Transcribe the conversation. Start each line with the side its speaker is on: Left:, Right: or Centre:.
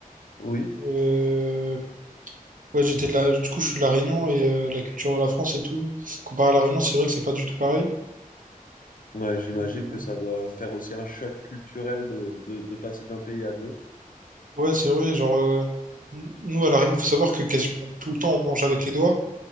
Left: Oui.
Right: euh, Ouais, j'étais de la... Du coup, je suis de La Réunion et euh, la culture de la France et tout. Comparé à La Réunion, c'est vrai que c'est pas du tout pareil.
Left: Ouais, j'imagine
Right: Mm,
Left: que ça doit faire aussi un choc culturel de, de, de passer d'un pays à de l'autre.
Right: Ouais, c'est vrai. Genre, euh, n- nous, à La Réunion, faut savoir que quasiment tout le temps, on mange avec les doigts.